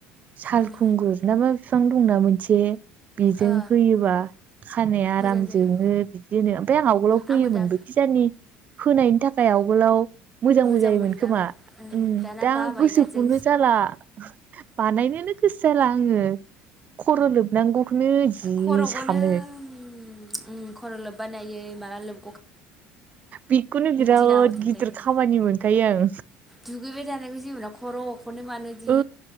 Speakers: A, on the right; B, in the centre.
A: सालखुंगुरस
B: ओं
A: ना मास फिफां दंना मोनसे बेजों
B: ओ
A: होयोबा खानाया आराम
B: मोजां जायो
A: जोङो बिदि होनो ओमफाय आं आवगोलाव होयोमोनबो
B: आंबो दा
A: खिजानि होनायनि थाखाय आव मोजांबो
B: मोजां
A: जायोमोन
B: मोनदां
A: खोमा
B: ओं
A: उम
B: दाना
A: दा
B: बाबायना
A: गोसोखौनो
B: जों
A: जाला बानायनोनो गोसो जाला आङो खर' लोबनांगौखौनो जि
B: ओ खर'खौनो
A: सानो
B: उम उम खर' लोब्बा नायै माला लोब
A: बेखौनो बिराद
B: दिनाव सानलायो
A: गिदिर खामानि मोनखायो आं
B: दुगैबाय थानायखौ जेबोला खर'खौनो मानो दि
A: ओ